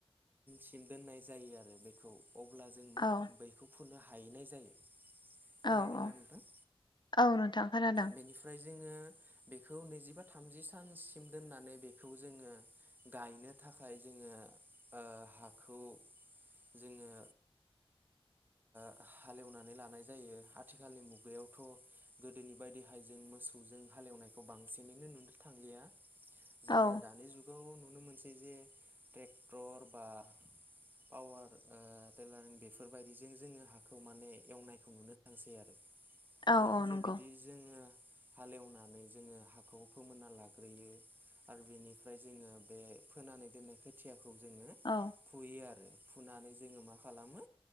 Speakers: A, on the right (about 20°); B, on the left (about 50°).
A: सिम दोननाय जायो आरो बेखौ अब्ला जों मा
B: औ
A: बैखौ फुनो हाहैनाय जायो खोनादोंना
B: औ औ
A: नोंथां
B: औ नोंथां खोनादों
A: बेनिफ्राय जोङो बेखौ नैजिबा थामजि सानसिम दोननानै बेखौ जोङो गायनो थाखाय जोङो आं हाखौ जोङो हालेवनानै लानाय जायो आथिखालनि मुगायावथ' गोदोनि बायदि हायजों मोसौजों हालेवनायखौ बांसिनैनो नुनो थांलिया जोङो
B: औ
A: दानि जुगाव नुनो मोनसै जे ट्रेक्टर बा पावार टेलारिं बेफोर बेफोरबायदिजों जोङो हाखौ माने एवनायखौ नुनो थांसै आरो
B: औ
A: जायखिजाया
B: औ नंगौ
A: बिदि जोङो हालेवनानै जोङो हाखौ फोमोनना लाग्रोयो आरो बेनिफ्राय जोङो बे फोनानै दोननाय खोथियाखौ जोङो
B: औ
A: फुयो आरो फुनानै क्षयं क्षक्षंज्ञ क्षक्षंज्ञ पपपंजोङो मा खालामो